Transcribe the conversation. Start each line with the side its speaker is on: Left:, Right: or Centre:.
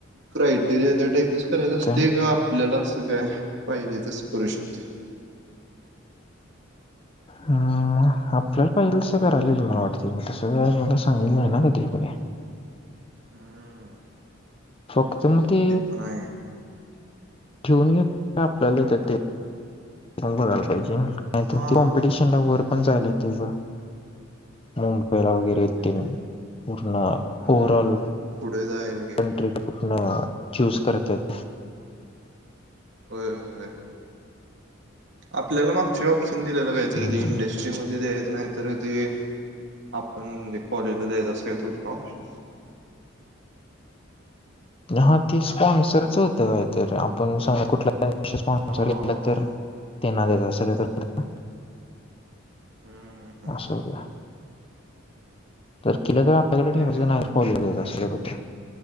Right: क्रायटेरिया, त्या टाइपच करायच असतय
Left: काय
Right: का, आपल्याला असं काय पाहिजे तसं करू शकतोय.
Left: हम,, आपल्याला पाहिजेल तसं करायलाइल मला वाटतय, मी, तसं काय मला सांगितल नाही ना कधी कुणी
Right: हम्म,
Left: फक्त मग ते,
Right: पण आहे
Left: ठेवून घेत, आपल्याला देत्यात ते मग बघायला पाहिजे नाहि
Right: हा
Left: तर ती कॉम्पिटिशनला वर पण जायाला येते बघ मुंबई मुंबईला
Right: होय
Left: वगैरे
Right: तेच
Left: तेन
Right: की.
Left: पूर्ण
Right: हम्म
Left: ऑरल
Right: पुढे जाईल की
Left: हंड्रेड टक्के कुठण, चूज करत्यात
Right: होय होय होय आपल्याला मागच्या वेळी ऑप्शन दिलेला कायतरी
Left: हम्म
Right: इंडेस्ट मध्ये द्यायच नाही, तर ते आपण ते कॉलेजला द्यायचं, असं कायतर होत नव्ह
Left: हा, ते स्पॉन्सरच होतं कायतर, आपण संग कुठल्या स्पॉन्सर
Right: हा
Left: तर, तेना देणार, सगळ तर
Right: हम्म हम्म
Left: असू द्या तर केलं तर आपल्याकडे
Right: ते
Left: ठेवायचं
Right: आहे
Left: नाय कॉलेजला द्यायच असं कायतर होत